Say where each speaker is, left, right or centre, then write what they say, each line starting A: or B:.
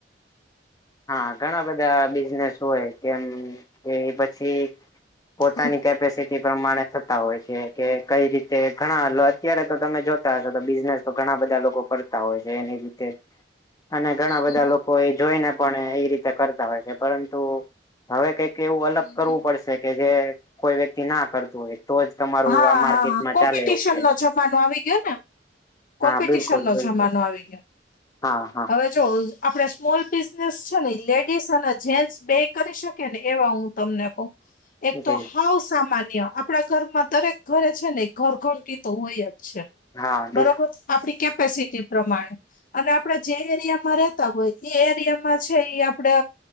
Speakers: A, on the left; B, on the left.
A: હા, ઘણા બધા બિઝનેસ હોય. કેમ? એ પછી પોતાની
B: હમ,
A: કેપેસિટી પ્રમાણે થતા હોય છે કે કંઈ રીતે? તે ઘણા અત્યારે તો તમે જો બિઝનેસ ઘણા બધા લોકો કરતા હોય છે, એની રીતે. અને ઘણા
B: હમ,
A: બધા
B: હમ, હમ,
A: લોકો લોકો એ જોઈને પણ એ રીતે કરતા હોય છે, પરંતુ હવે કંઈક એવું
B: હમ,
A: અલગ કરવું
B: હમ.
A: પડશે, કે જે કોઈ વ્યક્તિ ના કરતું હોય, તો જ તમારું
B: હા
A: આ માર્કેટમાં
B: હા, કોમ્પિટિશન
A: ચાલે એવું છે
B: નો જમાનો આવી ગયો ને.
A: હા
B: કોમ્પિટિશન
A: બિલકુલ
B: નો
A: બિલકુલ
B: જમાનો આવી ગયો,
A: હા હા
B: હવે. જો આપડે સ્મોલ બિઝનેસ છે ને, લેડીસ અને જેન્ટસ બે કરી શકીએ ને, એવા હું તમને કહું. એક
A: જી
B: તો હાવ સામાન્ય આપણા ઘરમાં દરેક ઘરે છે ને, ઘરઘટી તો હોય જ છે,
A: હા
B: બરોબર.
A: બિલકુલ
B: આપણી કેપેસિટી પ્રમાણે. અને આપડે જે એરિયામાં રેતા હોય એ એરિયામાં છે, ઈ આપડે